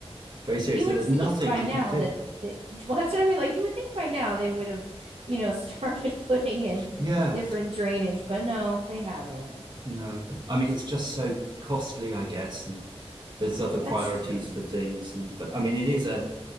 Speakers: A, on the right (about 40°); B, on the right (about 60°).
A: very serious.
B: You
A: And
B: would
A: there's
B: think
A: nothing
B: by
A: you
B: now
A: can do.
B: that they, <laughs> well, that's what I mean. Like you would think by now they would have, you know, <laughs> started putting in
A: Yeah.
B: different drainage, but no, they haven't.
A: No. I mean, it's just so costly, I guess. And there's other priorities
B: That's true.
A: for things. And but I mean, it is a.